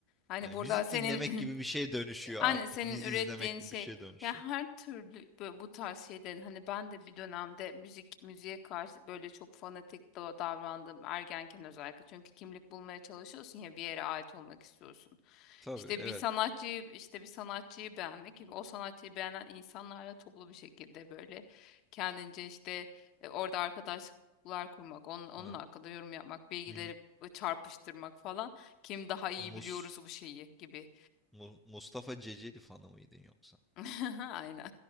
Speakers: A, on the left (about 35°); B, in the centre.
A: hani
B: Yani
A: burada
B: müzik
A: senin
B: dinlemek gibi
A: <clears throat>
B: bir şey dönüşüyor
A: Anne
B: artık.
A: senin
B: Dizi
A: ürettiğin
B: izlemek gibi
A: şey
B: bir şey dönüşüyor.
A: ya her türlü böyle bu tarz şeylerin hani ben de bir dönemde müzik müziğe karşı böyle çok fanatik da- davrandım ergenken özellikle çünkü kimlik bulmaya çalışıyorsun ya bir yere ait olmak istiyorsun.
B: Tabii
A: İşte
B: evet.
A: bir sanatçıyı işte bir sanatçıyı beğenmek o sanatçıyı beğenen insanlarla toplu bir şekilde böyle kendince işte e, orada arkadaşlıklar kurmak onun, onun
B: Ha.
A: hakkında yorum yapmak bilgileri
B: M-
A: çarpıştırmak falan kim daha iyi
B: Mus
A: biliyoruz bu şeyi gibi
B: Mu- Mustafa Ceceli fanı mıydın yoksa?
A: <laughs> Aynen.